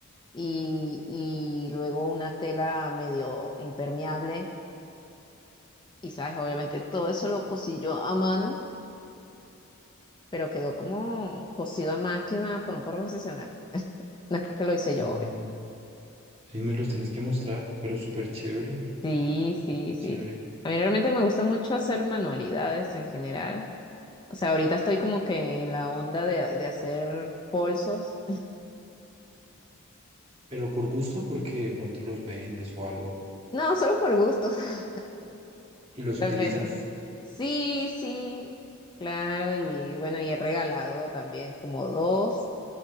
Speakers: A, on the left (about 20°); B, on the right (about 25°).
A: y, y luego una tela medio impermeable y sabes, obviamente todo eso lo cosí yo a mano, pero quedó como cosido a máquina por un profesional. No es porque lo hice yo,
B: Ujú.
A: obvio.
B: Sí, me los tienes que mostrar, pero súper chévere,
A: Sí, sí,
B: súper
A: sí.
B: chévere.
A: A mí realmente me gusta mucho hacer manualidades en general. O sea, ahorita estoy como que en la onda de, de hacer bolsos.
B: Pero por gusto, porque de pronto los vendes o algo.
A: No, solo por gusto, <laughs>
B: ¿Y los
A: realmente.
B: utilizas?
A: Sí, sí, claro. Y bueno, y he regalado también como dos.